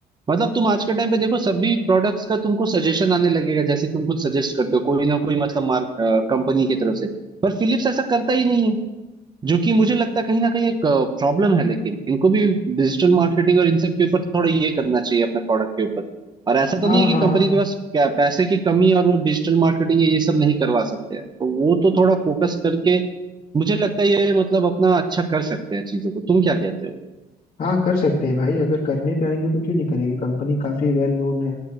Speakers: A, on the right; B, on the left.
A: मतलब तुम आज के टाइम पे देखो सभी प्रोडक्ट्स का तुमको सजेशन आने लगेगा जैसे तुम कुछ सजेस्ट करते हो कोई ना कोई मतलब मार्क कंपनी की तरफ से पर फिलिप्स ऐसा करता ही नहीं है जो कि मुझे लगता है कहीं ना कहीं एक प्रॉब्लम है लेकिन इनको भी डिजिटल मार्केटिंग और इन सब के ऊपर थोड़ा ये करना चाहिए अपने प्रोडक्ट के ऊपर और ऐसा तो
B: हाँ
A: नहीं है कि
B: हाँ
A: कंपनी के पास क्या पैसे की कमी है और वो डिजिटल मार्केटिंग ये सब नहीं करवा सकते हैं तो वो तो थोड़ा फोकस करके मुझे लगता है ये मतलब अपना अच्छा कर सकते हैं चीजों को तुम क्या कहते हो
B: हाँ कर सकते हैं भाई अगर करने पे आएंगे तो क्यों नहीं करेंगे कंपनी काफी वेल नोन है